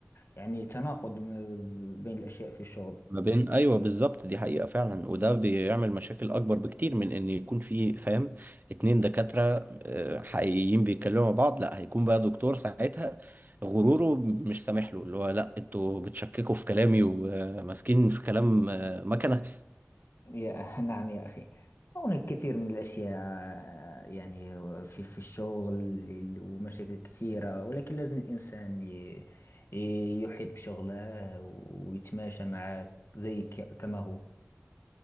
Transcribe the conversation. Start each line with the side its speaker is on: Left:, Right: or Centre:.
Left: يعني تناقض م- بين الأشياء في الشغل
Right: ما بين ايوه بالظبط دي حقيقة فعلا وده بيعمل مشاكل اكبر بكتير من ان يكون في فاهم اتنين دكاترة آه، حقيقيين بيتكلموا مع بعض لا هيكون بقى دكتور ساعتها غروره مش سامح له اللي هو لا انتوا بتشككوا في كلامي وماسكين في كلام آه، مكنة
Left: يا <laughs> نعم يا أخي هناك كثير من الأشياء يعني في في الشغل ومشاكل كثيرة ولكن لازم الإنسان ي- ي- يحب شغله ويتماشى معه زي ك- كما هو